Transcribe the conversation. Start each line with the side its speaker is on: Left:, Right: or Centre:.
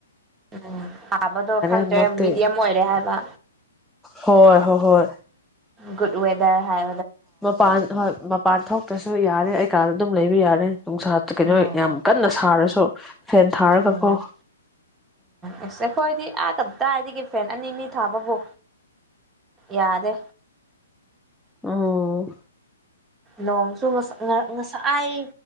Right: ꯎꯝ ꯑꯥꯕꯗꯣ ꯈꯪꯗ꯭ꯔꯦ
Centre: ꯍꯟꯗꯛꯇꯤ
Right: ꯃꯤꯦꯗꯤꯌꯝ ꯑꯣꯏꯔꯦ ꯍꯥꯏꯕ
Centre: ꯍꯣꯏ ꯍꯣꯏ ꯍꯣꯏ
Right: ꯒꯨꯗ ꯋꯦꯗꯔ ꯍꯥꯏ
Centre: ꯃꯄꯥꯟ ꯄꯥꯟꯊꯣꯛꯇ꯭ꯔꯁꯨ ꯌꯥꯔꯦ ꯑꯩ ꯀꯥꯟꯗ ꯑꯗꯨꯝ ꯂꯩꯕ ꯌꯥꯔꯦ ꯅꯨꯡꯁꯥ ꯀꯩꯅꯣ
Right: ꯎꯝ
Centre: ꯌꯥꯝ ꯀꯟꯅ ꯁꯥꯔꯁꯨ ꯐꯦꯟ ꯊꯥꯔꯒꯀꯣ
Right: ꯎꯝ ꯎꯝꯁꯦ ꯍꯣꯏꯗꯤ ꯑ ꯀꯗꯥ ꯍꯥꯏꯗꯤ ꯐꯦꯟ ꯑꯅꯤ ꯑꯅꯤ ꯊꯥꯕꯕꯨ ꯌꯥꯗꯦ
Centre: ꯑꯣ
Right: ꯅꯣꯡꯁꯨ ꯉꯁꯥꯏ